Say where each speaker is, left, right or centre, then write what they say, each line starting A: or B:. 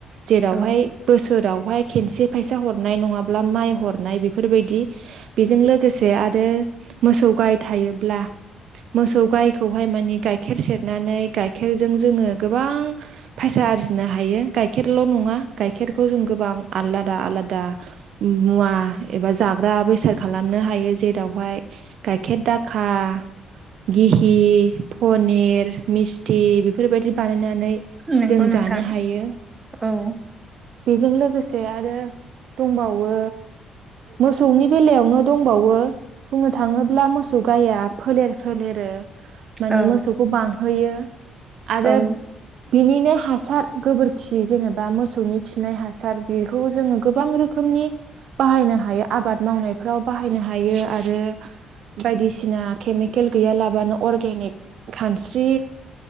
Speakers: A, on the right (about 65°); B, on the right (about 25°).
A: जेरावहाय
B: औ
A: बोसोरावहाय खेनसे फैसा हरनाय नङा। माब्ला माइ हरनाय बेफोरबायदि बेजों लोगोसे आरो मोसौ गाय थायोब्ला मोसौ गायखौहाय माने गाइखेर सेरनानै गाइखेरजों जोङो गोबां फायसा आरजिनो हायो गाइखेरल' नङा गाइखेरखौ जों गोबां आलादा आलादा मुवा एबा जाग्रा बेसाद खालामनो हायो जेरावहाय गाइखेर दाखा घिहि पनिर मिस्थि बेफोरबायदि बानायनानै
B: नंगौ
A: जों
B: नोंथां
A: जानो हायो।
B: औ
A: बेजों लोगोसे आरो दंबावो मोसौनि बेलायावनो दंबावो बुंनो थाङोब्ला मोसौ गाइया फोलेर फोलेरो माने
B: औ
A: मोसौखौ बांहोयो आरो
B: औ
A: बिनिनो हासार गोबोरखि जेनेबा मोसौनि खिनाय हासार बिर खौ जोङो गोबां रोखोमनि बाहायनो हाया आबाद मावनायफ्राव बाहायनो हायो आरो। बायदिसिना केमिकेल गैयालाबानो अरगेनिक खानस्रि